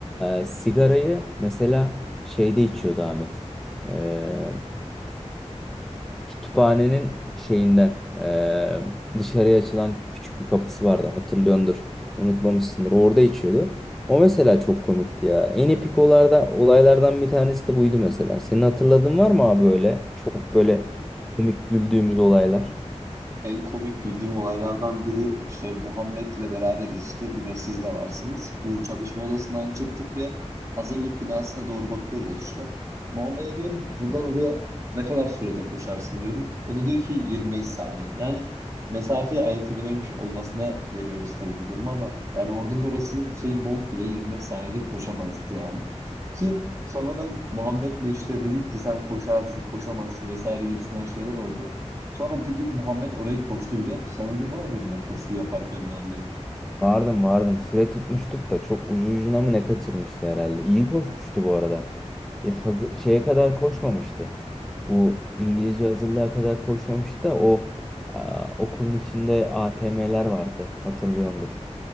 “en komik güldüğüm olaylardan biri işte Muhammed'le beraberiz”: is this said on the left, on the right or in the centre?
Right